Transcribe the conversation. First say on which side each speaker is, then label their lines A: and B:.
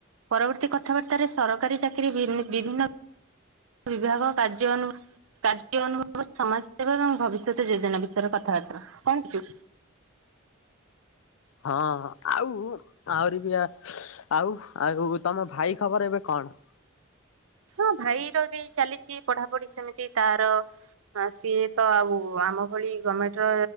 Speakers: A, on the right; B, on the left.
A: ପରବର୍ତ୍ତୀ କଥାବାର୍ତ୍ତ ରେ ସରକାରୀ ଚାକିରି ବିଭିନ୍ନ- ବିଭାଗ କାର୍ଯ୍ୟାନୁ କାର୍ଯ୍ୟ ଅନୁଭବ ସମାଜ ସେବା ଏବଂ ଭବିଷ୍ୟତ ଯୋଜନା ବିଷୟରେ କଥାବାର୍ତ୍ତା କଣ କରଛୁ।
B: ହଁ ଆଉ। ଆହୁରି ବି ଆଉ ଆଉ ତମ ଭାଇ ଖବର ଏବେ କଣ?
A: ହଁ ଭାଇର ବି ଚାଲିଛି ପଢାପଢି ସେମିତି ତାର। ହଁ ସିଏ ତ ଆଉ ଆମ ଭଳି ଗଭର୍ଣମେଣ୍ଟ ର